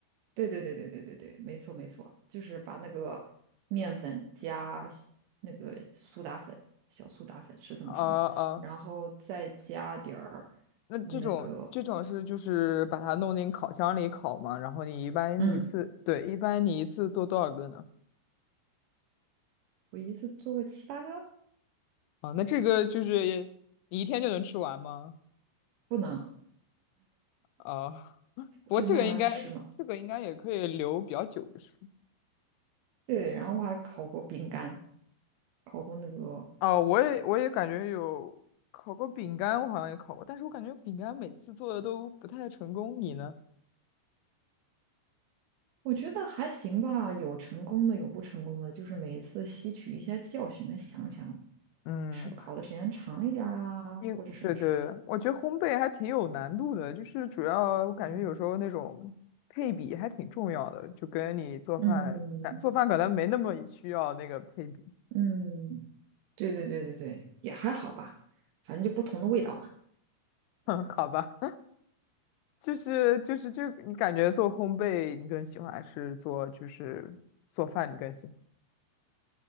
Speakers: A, on the right; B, on the left.
A: 对对对对对对对，没错没错，就是把那个面粉加西那个苏打粉，小苏打粉是这么说吗？
B: 啊啊，
A: 然后再加点儿
B: 那这种这种是就是把它弄进烤箱里烤嘛，
A: 那个，
B: 然后你一般一次，
A: 嗯，
B: 对，一般你一次做多少个呢？
A: 我一次做个七八个，
B: 啊，那这个就是你一天就能吃完吗？
A: 不能，
B: 啊，不过这个应该，
A: 就慢慢吃嘛。
B: 这个应该也可以留比较久，就是。
A: 对，然后我还烤过饼干，烤过那个。
B: 啊，我也我也感觉有烤过饼干，我好像也烤过，但是我感觉饼干每次做的都不太成功。你呢？
A: 我觉得还行吧，有成功的，有不成功的，就是每一次吸取一下教训，来想想
B: 嗯，
A: 是不是考的时间长一点儿啊，
B: 因对对，
A: 或者什么什么的。
B: 我觉得烘焙还挺有难度的，就是主要我感觉有时候那种配比还挺重要的，
A: 嗯
B: 就跟你做饭，
A: 嗯
B: 感做饭可能没那么需要那个配比。
A: 嗯，对对对对对，也还好吧，反正就不同的味道嘛。
B: <laughs> 好吧。就是就是就你感觉做烘焙你更喜欢，还是做就是做饭你更喜欢？